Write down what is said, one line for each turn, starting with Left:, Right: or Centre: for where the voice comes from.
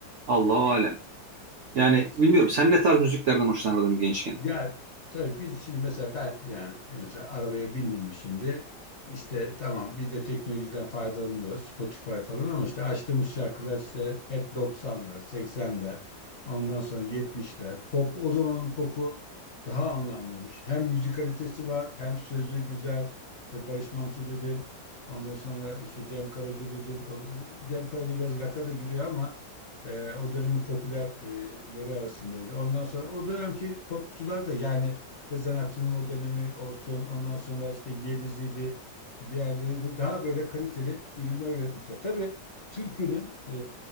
Right: Allahu alem.
Left: Evet.
Right: Yani bilmiyorum sen ne tarz müziklerden hoşlanırdın gençken?
Left: Ya tabii biz şimdi mesela ben yani mesela arabaya bindim mi şimdi işte tamam biz de teknolojiden faydalanıyoruz Spotify falan ama işte açtığımız şarkılar işte hep 90'lar, 80'ler, ondan sonra 70'ler. Pop o zamanın popu daha anlamlıymış. Hem müzikalitesi var hem sözü güzel. İşte Barış Manço dedin. Ondan sonra işte Cem Karaca dedin. O- Cem Karaca biraz rock'a da giriyor ama e, o dönemin popülerleri arasındaydı. Ondan sonra o dönemki popçular da yani Tezen Aksu'nun o dönemi olsun, ondan sonra işte Yeliz'iydi, diğerleri de daha böyle kaliteli ürünler üretmişler. Tabii türkünün e,